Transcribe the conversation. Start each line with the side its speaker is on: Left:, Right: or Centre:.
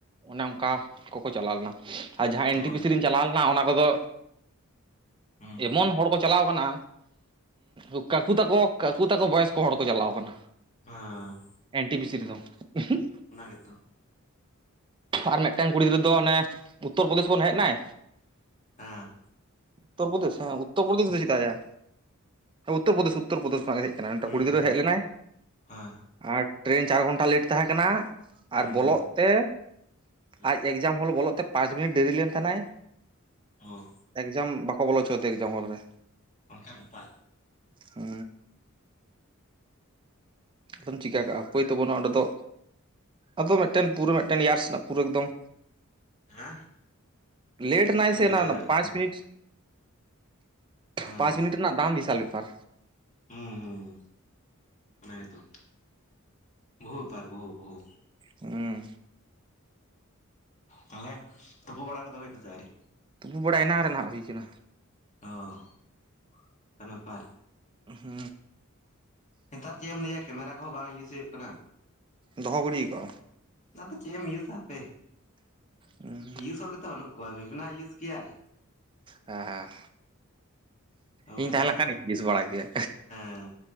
Right: ᱚᱱᱮ ᱚᱱᱠᱟ ᱠᱚᱠᱚ ᱪᱟᱞᱟᱣ ᱞᱮᱱᱟ ᱟᱨ ᱡᱟᱦᱟᱸ ᱮᱱ
Left: ᱦᱳᱭ
Right: ᱴᱤ ᱯᱤ ᱥᱤ ᱨᱤᱧ ᱪᱟᱞᱟᱣ ᱞᱮᱱᱟ ᱚᱱᱟ ᱠᱚᱫᱚ
Left: ᱦᱩᱸ
Right: ᱮᱢᱚᱱ ᱦᱚᱲ ᱠᱚ ᱪᱟᱞᱟᱣ ᱠᱟᱱᱟ ᱩᱜ ᱠᱟᱠᱩ ᱛᱟᱠᱚ ᱠᱟᱠᱩ ᱛᱟᱠᱚ ᱵᱚᱭᱚᱥ ᱠᱚ ᱦᱚᱲ ᱠᱚ ᱪᱟᱞᱟᱣ ᱠᱟᱱᱟ
Left: ᱦᱮᱸ
Right: ᱮᱱ ᱴᱤ ᱯᱤ ᱥᱤ ᱨᱮᱫᱚ ᱩᱦᱩᱜ
Left: ᱚᱱᱟ ᱜᱮᱛᱚ
Right: ᱟᱨ ᱢᱤᱫᱴᱮᱱ ᱠᱩᱲᱤ ᱜᱤᱫᱽᱨᱟᱹ ᱫᱚ ᱚᱱᱮ ᱩᱛᱛᱚᱨᱯᱨᱚᱫᱮᱥ ᱠᱷᱚᱱ ᱦᱮᱡ ᱱᱟᱭ
Left: ᱦᱮᱸ
Right: ᱩᱛᱛᱚᱨᱯᱚᱫᱮᱥ ᱦᱮᱸ ᱩᱛᱚᱨᱯᱨᱚᱫᱮᱥ ᱫᱚ ᱪᱮᱫᱟᱜ ᱭᱟ ᱦᱮ ᱩᱛ ᱩᱛᱛᱚᱨᱯᱨᱚᱫᱮᱥ ᱩᱛᱛᱚᱨᱯᱨᱚᱫᱮᱥ ᱠᱷᱚᱱᱟᱜ ᱦᱮᱡ ᱠᱟᱱᱟ ᱢᱤᱫᱴᱟᱜ
Left: ᱦᱩᱸ
Right: ᱠᱩᱲᱤ ᱜᱤᱫᱽᱟᱹ
Left: ᱦᱩᱸ
Right: ᱦᱮᱡ ᱞᱮᱱᱟᱭ
Left: ᱦᱮᱸ
Right: ᱟᱨ ᱴᱨᱮᱱ ᱪᱟᱨ ᱜᱷᱚᱱᱴᱟ ᱞᱮᱴ ᱛᱟᱦᱮᱸ ᱠᱟᱱᱟ
Left: ᱦᱩᱸ
Right: ᱟᱨ ᱵᱚᱞᱚᱜ ᱛᱮ
Left: ᱦᱩᱸ
Right: ᱟᱡ ᱮᱠᱡᱟᱢ ᱦᱚᱞ ᱵᱚᱞᱚᱜ ᱛᱮ ᱯᱟᱸᱪ ᱢᱤᱱᱤᱴ ᱰᱮᱨᱤ ᱞᱮᱱ ᱛᱟᱦᱮᱱᱟᱭ
Left: ᱳ
Right: ᱮᱠᱡᱟᱢ ᱵᱟᱠᱚ ᱵᱚᱞᱚ ᱪᱚᱣᱟ ᱫᱮᱭᱟ ᱮᱠᱡᱟᱢ ᱦᱚᱞ ᱨᱮ
Left: ᱚᱱᱠᱟᱱ ᱵᱮᱯᱟᱨ
Right: ᱦᱩ ᱟᱫᱚᱢ ᱪᱤᱠᱟᱹ ᱠᱟᱜᱼᱟ ᱩᱯᱟᱹᱭ ᱛᱚ ᱵᱟᱱᱩᱜᱼᱟ ᱚᱸᱰᱮ ᱫᱚ ᱟᱫᱚ ᱢᱤᱫᱴᱮᱱ ᱯᱩᱨᱟᱹ ᱢᱤᱫᱴᱮᱱ ᱤᱭᱟᱨᱥ ᱨᱮᱱᱟᱜ ᱯᱩᱨᱟᱹ ᱮᱠᱫᱚᱢ
Left: ᱦᱮᱸ
Right: ᱞᱮᱴ ᱱᱟ
Left: ᱚᱱᱟᱧ
Right: ᱥᱮ
Left: ᱵᱩᱡᱷᱟᱹᱣ
Right: ᱚᱱᱟ ᱚᱱᱟ
Left: ᱫᱟᱲᱮᱭᱟᱜ
Right: ᱯᱟᱸᱪ
Left: ᱠᱟᱱᱟ
Right: ᱢᱤᱱᱤᱴ
Left: ᱦᱮᱸ
Right: ᱯᱟᱸᱪ
Left: ᱦᱮᱸ
Right: ᱢᱤᱱᱤᱴ ᱨᱮᱱᱟᱜ ᱫᱟᱢ ᱵᱤᱥᱟᱞ ᱵᱮᱯᱟᱨ
Left: ᱦᱩᱸ ᱦᱩᱸ ᱚᱱᱟ ᱜᱮᱛᱚ ᱵᱚᱦᱩ ᱵᱮᱯᱟᱨ ᱵᱚᱦᱩ ᱵᱚᱦᱩ
Right: ᱩᱸ
Left: ᱛᱟᱦᱚᱞᱮ ᱛᱳᱯᱳ ᱵᱟᱲᱟ ᱠᱚᱫᱚ ᱦᱩᱭᱱᱟᱥᱮ ᱟᱹᱣᱨᱤ
Right: ᱛᱚᱵᱩ ᱵᱟᱲᱟ ᱮᱱᱟᱝ ᱨᱮ ᱱᱟᱦᱟᱜ ᱦᱩᱭ ᱠᱟᱱᱟ
Left: ᱚ ᱚᱱᱠᱟᱱ ᱵᱮᱯᱟᱨ
Right: ᱦᱩ
Left: ᱱᱮᱛᱟᱨ ᱪᱮᱫ ᱮᱢ ᱞᱟᱹᱭᱟ ᱠᱮᱢᱮᱨᱟ ᱠᱚᱦᱚᱸ ᱵᱟᱝ ᱤᱭᱩᱥ ᱦᱳᱭᱳᱜ ᱠᱟᱱᱟ
Right: ᱫᱚᱦᱚ ᱜᱤᱲᱤᱠᱟᱜᱼᱟ
Left: ᱟᱫᱚ ᱪᱮᱫ ᱮᱢ ᱤᱭᱩᱥᱟ ᱦᱟᱯᱮ
Right: ᱦᱩᱸ
Left: ᱤᱭᱩᱥ ᱦᱚᱲ ᱜᱮᱛᱚ ᱵᱟᱱᱩᱜ ᱠᱚᱣᱟ ᱵᱤᱵᱱᱟ ᱤᱭᱩᱥ ᱠᱮᱭᱟᱭ
Right: ᱦᱮᱸ ᱦᱮᱸ
Left: ᱦᱳᱭ
Right: ᱤᱧ ᱛᱟᱦᱮᱸᱞᱮᱱ ᱠᱷᱟᱱᱤᱧ ᱤᱭᱤᱥ ᱵᱟᱲᱟ ᱠᱮᱭᱟ
Left: ᱦᱮᱸ